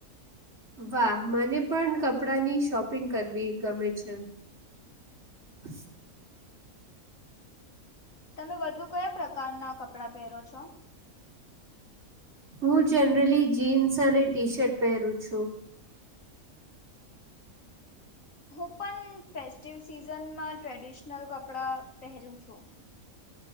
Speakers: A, on the right; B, on the left.
A: વાહ મને પણ કપડાની શોપિંગ કરવી ગમે છે અચ
B: તમે વધુ કયા પ્રકારના કપડા પહેરો છો
A: હું જનરલી જીન્સ અને ટી શર્ટ પહેરું છું
B: હું પણ ફેસ્ટ સીઝનમાં ટ્રેડિશનલ કપડા પહેરું છું